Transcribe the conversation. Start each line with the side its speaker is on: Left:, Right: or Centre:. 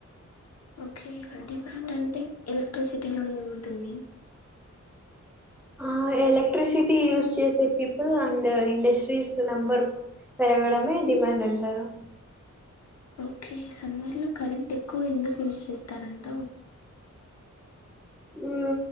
Left: ఓకే డిమాండ్ అంటే ఎలక్ట్రిసిటీలో ఏముంటుంది?
Centre: ఆ ఎలక్ట్రిసిటీ యూజ్ చేసే పీపుల్ అండ్ ఇండస్ట్రీస్ నంబర్ పెరగడమే డిమాండ్ అంటారు.
Left: ఓకే సమ్మర్లో కరెంట్ ఎక్కువ ఎందుకు యూస్ చేస్తారంటావు?
Centre: ఉ